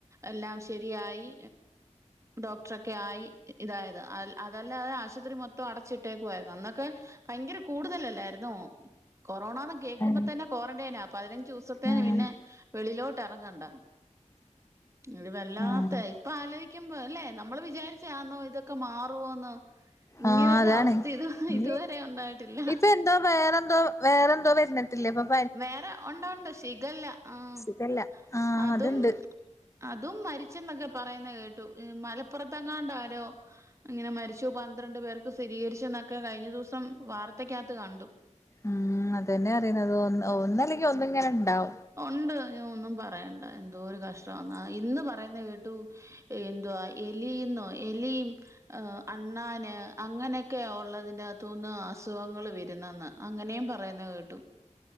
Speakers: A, on the right; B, on the left.
A: എല്ലാം ശരിയായി ഡോക്ടറൊക്കെ ആയി ഇതായത് അ അതല്ല തെ ആശുപത്രി മൊത്തം അടച്ചിട്ടേക്കുയിരുന്നു അന്നൊക്കെ ഭയങ്കര കൂടുതലല്ലായിന്നോ കൊറോണന്ന് കേൾക്കുമ്പോ
B: ആഹ്
A: തന്നെ കോറന്റൈന ആ പതിനഞ്ചച് ദിവസത്തേന്
B: ആഹ്
A: പിന്നെ വെളിയിലോട്ട് ഇറങ്ങണ്ട ഇത് വല്ലാത്ത
B: ആഹ്
A: ഇപ്പ ആലോചിക്കുമ്പോ അല്ലേ നമ്മള് വിചാരിച്ചാന്നോ ഇതൊക്കെ മാറോന്ന് ഇങ്ങനെ
B: ആഹ്
A: ഒരു
B: അതാണ്
A: അവസ്ഥ ഇത്
B: ഇനി
A: ഇതുവരെ ഉണ്ടായിട്ടില്ല
B: ഇപ്പൊ എന്തോ വേറെന്തോ വേറെന്തോ വരുന്നിട്ടില്ലേ ഇപ്പം
A: വേറെ ഉണ്ടോ ഉണ്ടോ ശിഖല്ല ആഹ
B: ശിഖല്ല ആഹ്
A: അതും
B: അതുണ്ട്
A: അതും മരിച്ചെന്നൊക്കെ പറയുന്ന കേട്ടു മലപ്പുറത്തെങ്ങാണ്ട ആരോ അങ്ങനെ മരിച്ചു പന്ത്രണ്ട് പേർക്ക് സ്ഥിരീകരിച്ച എന്നൊക്കെ കഴിഞ്ഞ ദിവസം വാർത്തക്കകത്ത് കണ്ടു
B: ഉം അതന്നെ അറിയുന്നത് ഒന്ന് ഒന്നല്ലെങ്കിൽ ഒന്നിങ്ങനെ ഉണ്ടാവും
A: ഉണ്ട് ഞാൻ ഒന്നും പറയണ്ട എന്തോ ഒരു കഷ്ട മാന്ന ഇന്ന് പറയുന്ന കേട്ടു എന്വാ എലിയന്നോ എലിയും അണ്ണൻ അങ്ങനെയൊക്കെയ ഉള്ളതിൻ്റെക ത്തുന്നുഅസുഖങ്ങൾ വരുന്നതെന്ന് അങ്ങനെയും പറയുന്നത് കേട്ടു